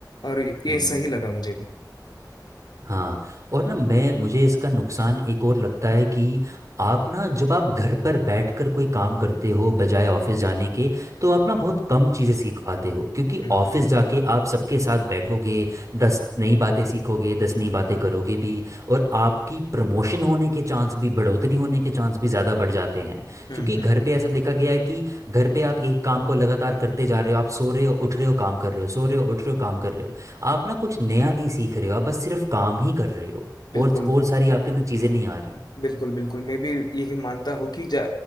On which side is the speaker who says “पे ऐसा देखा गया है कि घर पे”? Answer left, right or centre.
Right